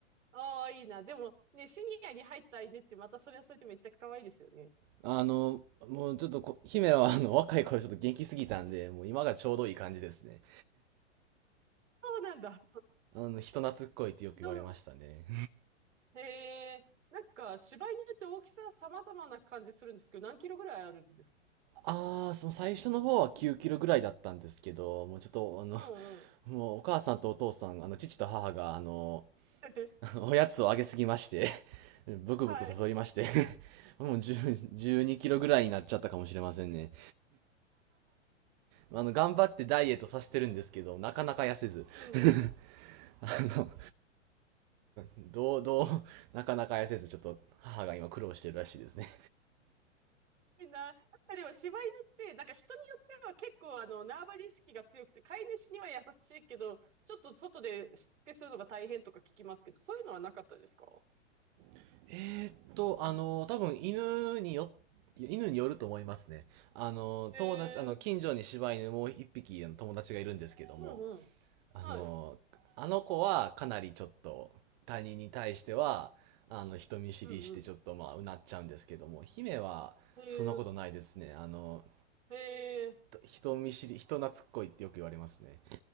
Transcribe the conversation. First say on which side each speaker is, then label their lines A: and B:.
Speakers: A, on the right (about 75°); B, on the right (about 35°).
A: ああー、いいな。でもね、シニアに入った犬ってまたそれはそれでめっちゃ可愛いですよね。
B: あの、もうちょっとこ、姫はあの、若い頃ちょっと元気すぎたんで、もう今がちょうどいい感じですね。
A: そうなんだ。
B: あの、人懐っこいってよく言われましたね。
A: どう、へえ、なんか柴犬って大きさ様々な感じするんですけど、何キロぐらいあるんですか
B: あー、その最初の方は9キロぐらいだったんですけど、もうちょっと、あの、
A: うんうん。
B: もうお母さんとお父さん、あの、父と母が、あの、
A: <laughs>
B: <laughs> おやつをあげすぎまして <laughs> ブクブクと太りまして
A: はい。
B: <laughs> もう10 12キロぐらいになっちゃったかもしれませんね。
A: <laughs>
B: あの、頑張ってダイエットさせてるんですけど、なかなか痩せず。
A: うんうん。
B: <laughs> あの、<laughs> どう、どう、なかなか痩せず、ちょっと母が今苦労してるらしいですね。
A: いいな。やっぱでも柴犬って、なんか人によっては結構あの、縄張り意識が強くて、飼い主には優しいけど、ちょっと外でしつけするのが大変とか聞きますけど、そういうのはなかったですか
B: <laughs> えーっと、あの、多分犬によって、犬によると思いますね。あの、
A: へえ、
B: 友達、あの、近所に柴犬もう一匹友達がいるんですけども、
A: うんうん。
B: あの、
A: はい。
B: あの子はかなりちょっと他人に対しては、あの、人見知りしてちょっとまあ、
A: うんう
B: うなっちゃうんですけども、姫はそんなことないですね。
A: ん。へえ、
B: あの、
A: へえ。
B: 人人見知り、人懐っこいってよく言われますね。